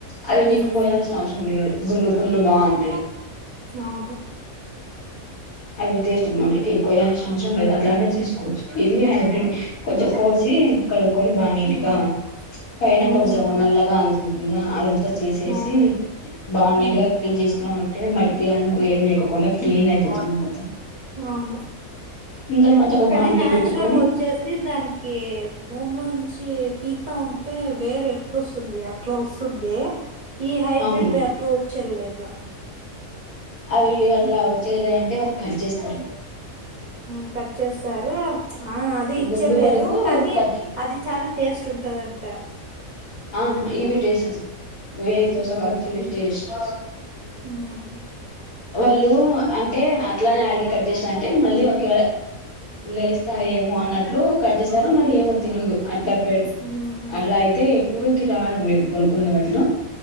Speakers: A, on the left; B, on the right.
A: అవి
B: ఉమ్
A: నీకు కోయాల్సిన అవసరం లేదు గున్లు గుంలు బావుంటాయి
B: అవును
A: అవి టేస్ట్ బావుంటాయ్. ఏ కోయాల్సిన అవసరం లేదు. అట్లనే చేసుకోవచ్చు. ఇవి హైబ్రిడ్ కొంచెం కోసి కడుక్కొని బా నీట్గా
B: ఉమ్
A: పైన
B: ఉమ్
A: కొంచెం నల్లగా అందుకుం బా అదంతా తీసేసి
B: అవును
A: బాగా నీటుగా
B: ఉమ్
A: క్లీన్ చేసుకున్నామన్ అంటే మట్టి అందుకు ఏం లేకోకుండా క్లీన్ అయిపోతుంది. మొత్తం
B: అవును
A: తర్వాత ఒక
B: కానీ
A: బాండిల్
B: నాచురల్గా
A: పెట్టుకొని
B: వచ్చేసి దానికి భూమిలోంచి పీక్ త ఉంటే వేరు ఎట్లొస్తుంది అత్ ఇట్లా వస్తుంది. ఈ హైబ్రిడ్
A: అవును
B: వ్యాప్లో వచ్చే లేదు
A: అవి అట్లా వచ్చేద్ లేదంటే వాళ్ళు కల్డ్ జేస్తారు
B: ఉ కట్ చేస్తారు ఆ అది ఇచ్చలేదు
A: గుండు వరకు
B: కానీ
A: కట్
B: అది చానా టేస్ చుట్టాదంట
A: ఆ ఇవి టెస్టల్సు వేడ్ దోష కావట్ చీజ్ టేస్ట్
B: హుహ్
A: వాళ్ళు అంటే అట్లానే అడిగి కట్ చేసిన అంటే మళ్ళీ ఒకేరే లేస్తాయ్. ఏమో అన్నట్లు చుడ్జెసరేమో మరి ఏమో తెలీదు అట్లా పెట్
B: ఉమ్
A: అట్లా అయితే ఎప్పుడకి రావడం లేదు కొనుకుందనం ఎట్లానో